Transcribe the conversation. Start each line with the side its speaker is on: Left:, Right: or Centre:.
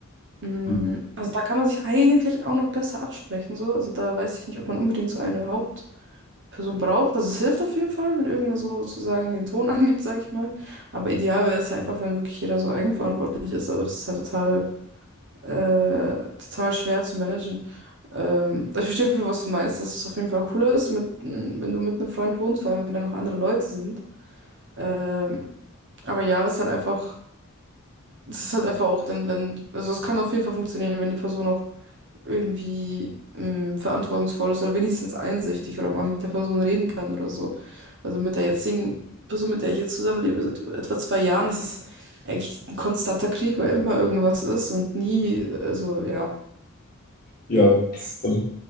Right: Mm,
Left: Hm.
Right: Also da kann man sich eigentlich auch noch besser absprechen, so. Also da weiß ich nicht, ob man unbedingt so eine Hauptperson braucht. Also es hilft auf jeden Fall, wenn irgendwer so sozusagen den Ton <laughs> angibt, sage ich mal. Aber ideal wäre es ja einfach, wenn wirklich jeder so eigenverantwortlich ist. Aber das ist halt total, äh, total schwer zu managen. Ähm, ich verstehe auf jeden Fall, was du meinst, dass es auf jeden Fall cooler ist, mit, mm, wenn du mit einem Freund wohnst, vor allem wenn da noch andere Leute sind. Ähm, aber ja, es ist halt einfach, es ist halt einfach auch dann, wenn, also es kann auf jeden Fall funktionieren, wenn die Person auch irgendwie mh, verantwortungsvoll ist oder wenigstens einsichtig oder man mit der Person reden kann oder so. Also mit der jetzigen Person, mit der ich jetzt zusammenlebe, seit etwa zwei Jahren, das ist eigentlich ein konstanter Krieg, weil immer irgendwas ist und nie, also ja.
Left: Ja,
Right: Das,
Left: also,